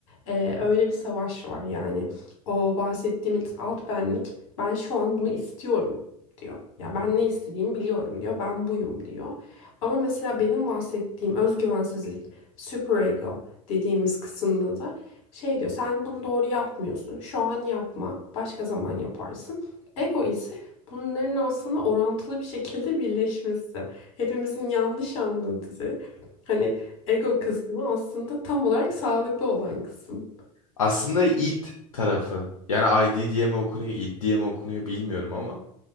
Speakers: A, on the left; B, on the left.
A: Ee, öyle bir savaş var yani. O bahsettiğimiz alt benlik, ben şu an bunu istiyorum diyor. Ya
B: Hı hı.
A: ben ne istediğimi biliyorum diyor. Ben buyum diyor. Ama mesela benim bahsettiğim özgüvensizlik, superego dediğimiz kısımda da şey diyor. Sen bunu doğru yapmıyorsun. Şu an yapma. Başka zaman yaparsın. Ego ise Bunların aslında orantılı bir şekilde birleşmesi. Hepimizin yanlış anladığı. Hani ego kısmı aslında tam olarak sağlıklı olan kısım.
B: Aslında id tarafı. Yani ID diye mi okunuyor, id diye mi okunuyor bilmiyorum ama.